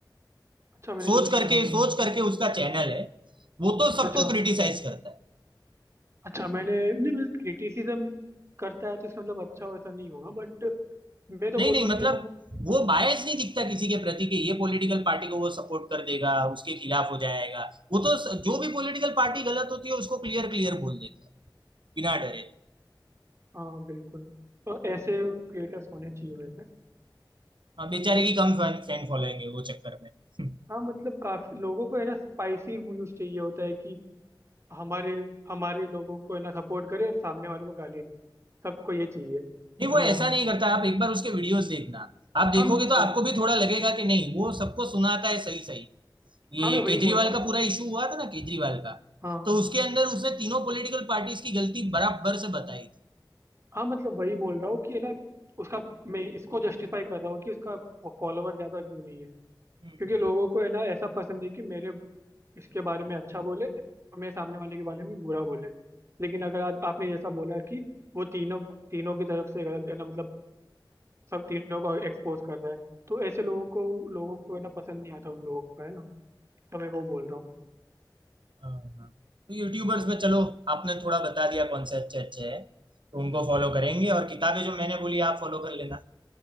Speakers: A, on the right (about 35°); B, on the right (about 80°).
A: अच्छा मैंने
B: सोच
A: कभी
B: करके
A: सुना नहीं
B: सोच
A: है।
B: करके उसका चैनल है वो तो सबको
A: अच्छा
B: क्रिटिसाइज करता है
A: अच्छा मैंने नहीं मतलब क्रिटिसिज्म करता है तो इसका मतलब अच्छा वैसा नहीं होगा बट मैं तो
B: नहीं
A: बोलूंगा
B: नहीं मतलब
A: कि है ना
B: वो बायस नहीं दिखता किसी के प्रति कि ये पॉलिटिकल पार्टी को वो सपोर्ट कर देगा उसके खिलाफ हो जाएगा वो तो स- जो भी पॉलिटिकल पार्टी गलत होती है उसको क्लियर क्लियर बोल देता है बिना डरे
A: हाँ बिल्कुल तो ऐसे क्रिएटर्स होने चाहिए वैसे
B: हाँ, बेचारे की कम फैन फैन फॉलोइंग है वो चक्कर में <laughs>
A: हाँ मतलब काफी लोगों को है ना स्पाइसी न्यूज चाहिए होता है कि हमारे हमारे लोगों को है ना सपोर्ट करे और सामने वाले को गाली दे सबको ये चाहिए
B: नहीं
A: तो
B: वो ऐसा नहीं करता आप एक बार उसके वीडियोस देखना आप देखोगे
A: हाँ मैं बोल
B: तो आपको
A: रहा हूँ
B: भी थोड़ा लगेगा कि नहीं वो सबको सुनाता है सही सही
A: हाँ
B: ये
A: मैं वही
B: केजरीवाल
A: बोल रहा हूँ
B: का पूरा इशू हुआ था ना केजरीवाल का
A: हाँ
B: तो उसके अंदर उसने तीनों पॉलिटिकल पार्टीज की गलती बराबर से बताई थी
A: हाँ मतलब वही बोल रहा हूँ कि है ना उसका मैं इसको जस्टिफाई कर रहा हूँ कि उसका फॉलोवर ज़्यादा क्यों नहीं है क्योंकि
B: हम्म।
A: लोगों को है ना ऐसा पसंद है कि मेरे इसके बारे में अच्छा बोले और मेरे सामने वाले के बारे में बुरा बोले लेकिन अगर आप आपने जैसा बोला कि वो तीनों तीनों की तरफ से गलत है ना मतलब सब तीनों को एक्सपोज कर रहा है तो ऐसे लोगों को लोगों को है ना पसंद नहीं आता उन लोगों का है ना तो मैं वो बोल रहा हूँ
B: हाँ। तो यूट्यूबर्स में चलो आपने थोड़ा बता दिया कौन से अच्छे अच्छे हैं तो उनको फॉलो करेंगे और किताबें जो मैंने बोली आप फॉलो कर लेना